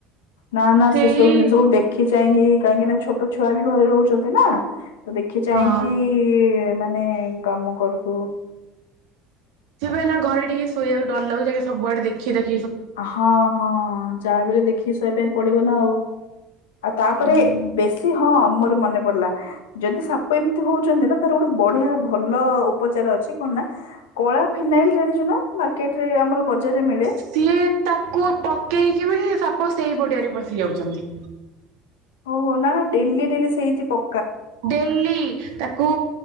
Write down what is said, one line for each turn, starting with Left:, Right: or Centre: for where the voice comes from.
Left: ନା ନା
Right: ସେଇ
Left: ସେ ସବୁ ଜିନିଷକୁ ଦେଖି ଚାହିଁକି କାହିଁକି ନା ଛୋଟ ଛୁଆ ବି ଘରେ ରହୁଛନ୍ତି ନା ତ ଦେଖି ଚାହିଁକି
Right: ହଁ
Left: ମାନେ କାମ କରୁଥୁବୁ।
Right: ସେପା ଏଇନା ଘରେ ଟିକେ ଶୋଇବାକୁ ଡର ଲାଗୁଚି ସବୁଆଡେ ଦେଖି ଦାଖି
Left: ହଁ ହଁ ଯାହାବି ହେଲେ ଦେଖ୍ ଖି <unintelligible> ଶୋଇବା ପାଇଁ ପଡିବ ନା ଆଉ, ଆଉ ତାପରେ
Right: ହୁଁ
Left: ବେଶୀ ହଁ ମୋର ମନେ ପଡିଲା, ଯଦି ସାପ ଏମିତି ହଉଛନ୍ତି ନା ତାର ଗୋଟେ ବଢିଆ ଭଲ ଉପଚାର ଅଛି, କଣ? କଳା ଫିନାଇଲ ଜାଣିଛୁ ନା? ମାର୍କେଟ ରେ ଆମର ବଜାରରେ ମିଳେ।
Right: ସିଏ ତାକୁ ପକେଇକି ବି ସାପ ସେଇ ପଡିଆରେ ପଶି ଯାଉଛନ୍ତି।
Left: ହ ନା, ନା ଡେଲି ଡେଲି ସେଇଠି ପ
Right: ଡେଲି, ତାକୁ